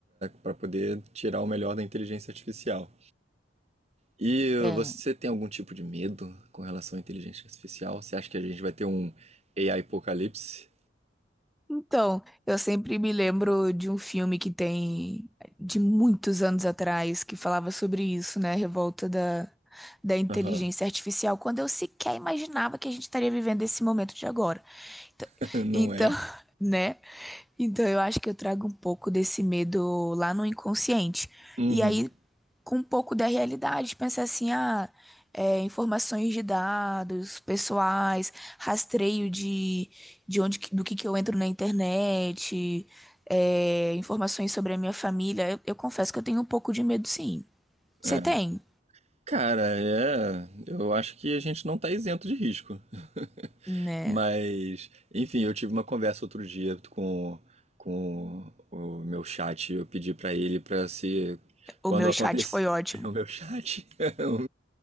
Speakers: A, on the right; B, in the centre.
A: para poder tirar o melhor da inteligência artificial. E uh,
B: é.
A: você tem algum tipo de medo com relação à inteligência artificial? Você acha que a gente vai ter um AI apocalipse?
B: Então, eu sempre me lembro de um filme que tem de muitos anos atrás que falava sobre isso, né? A Revolta da, da inteligência
A: Aham.
B: artificial, quando eu sequer imaginava que a gente estaria vivendo esse momento de agora. Então,
A: <laughs> Não
B: então,
A: é?
B: <laughs> né? Então eu acho que eu trago um pouco desse medo lá no inconsciente.
A: Uhum.
B: E aí, com um pouco da realidade, pensar assim, ah, é, informações de dados pessoais, rastreio de, de onde, que- do que que eu entro na internet, é, informações sobre a minha família. Eu, eu confesso que eu tenho um pouco de medo, sim. Você
A: É.
B: tem,
A: Cara, é. Eu acho que a gente não tá isento de risco. <laughs>
B: né?
A: Mas, enfim, eu tive uma conversa outro dia com, com o meu chat. Eu pedi pra ele pra se.
B: O
A: Quando
B: meu
A: acontecer.
B: chat foi ótimo.
A: <laughs> O meu chat. <laughs> O,